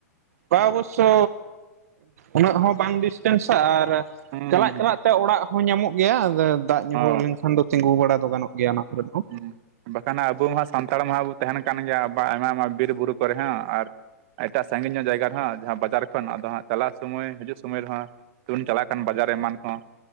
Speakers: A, on the right; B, on the right.
A: ᱵᱟ ᱚᱵᱚᱥᱥᱚ ᱩᱱᱟᱹᱜ ᱦᱚᱸ ᱵᱟᱝ ᱰᱤᱥᱴᱮᱱᱥᱟ ᱟᱨ
B: ᱦᱩᱸ
A: ᱪᱟᱞᱟᱜ
B: ᱦᱩᱸ ᱦᱩᱸ
A: ᱪᱟᱞᱟᱜ ᱛᱮ ᱚᱲᱟᱜ ᱦᱚᱸ ᱧᱟᱢᱚᱜ ᱜᱮᱭᱟ, ᱫᱟᱜ ᱧᱩᱨᱦᱟᱹ
B: ᱚ
A: ᱞᱮᱱᱠᱷᱟᱱ ᱫᱚ ᱛᱤᱸᱜᱩ ᱵᱟᱲᱟ ᱫᱚ ᱜᱟᱱᱚᱜᱼᱟ᱾ ᱜᱮᱭᱟ ᱟᱱᱟᱜ ᱠᱚᱨᱮ ᱦᱚᱸ
B: ᱦᱮᱸ ᱵᱟᱠᱷᱟᱱ ᱟᱵᱚ ᱢᱟ ᱦᱟᱸᱜ ᱥᱟᱱᱛᱟᱲ ᱢᱟ ᱦᱟᱸᱜ ᱵᱚ, ᱛᱟᱦᱮᱸᱱ ᱠᱟᱱ ᱜᱮᱭᱟ ᱵᱟ ᱟᱭᱢᱟ ᱟᱭᱢᱟ ᱵᱤᱨ ᱵᱩᱨᱩ ᱠᱚᱨᱮ ᱦᱚᱸ ᱟᱨ ᱮᱴᱟᱜ ᱥᱟᱺᱜᱤᱧ ᱧᱚᱜ ᱡᱟᱭᱜᱟ ᱨᱮᱦᱚᱸ, ᱡᱟᱦᱟᱸ ᱵᱟᱡᱟᱨ ᱠᱷᱚᱱ ᱟᱫᱚ ᱦᱟᱸᱜ ᱪᱟᱞᱟᱜ ᱥᱳᱢᱳᱭ ᱦᱤᱡᱩᱜ ᱥᱳᱢᱳᱳᱭ ᱨᱮᱦᱚᱸ ᱪᱩᱢ ᱪᱟᱞᱟᱜ ᱠᱟᱱ ᱵᱟᱡᱟᱨ ᱮᱢᱟᱱ ᱦᱚᱸ